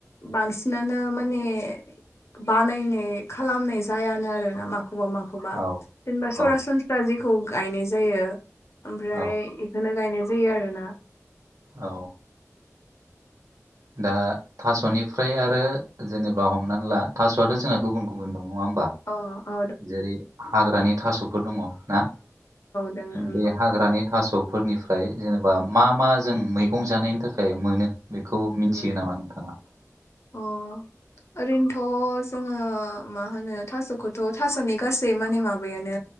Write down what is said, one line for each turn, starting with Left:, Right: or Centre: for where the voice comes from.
Left: बांसिनानो माने बानायनाय खालामनाय जायानो आरोना माखौबा मा खौबा
Right: औ
Left: जेनबा सरासनस्रा
Right: औ
Left: जेखौ गायनाय जायो ओमफ्राय
Right: औ
Left: इ खोनो गायनाय जायो आरो ना।
Right: औ। दा थास'निफ्राय आरो जेनबा हमनानै ला थासआथ जोंहा गुबुन गुबुन दं नङा होमबा
Left: औ दङ ओं औ
Right: जेरै हाग्रानि थासफोर दङ। ना
Left: दोङो ओं
Right: बे हाग्रानि थास'फोरनिफ्राय जेनेबा मा मा जों मैगं जानायनि थाखाय मोनो बेखौ मिन्थियो
Left: उम।
Right: नामा नोंथाङा?
Left: अ ओरैनथ' जोङो मा होनो थास'खौथ' थास'नि गासै माने माबायानो